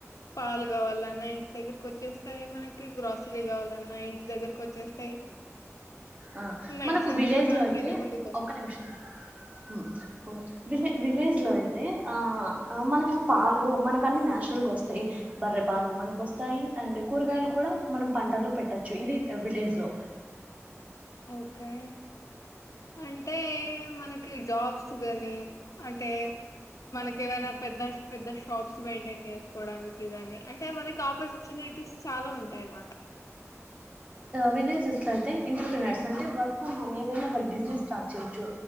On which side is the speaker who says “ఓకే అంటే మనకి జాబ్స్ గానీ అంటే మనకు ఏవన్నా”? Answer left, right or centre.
Left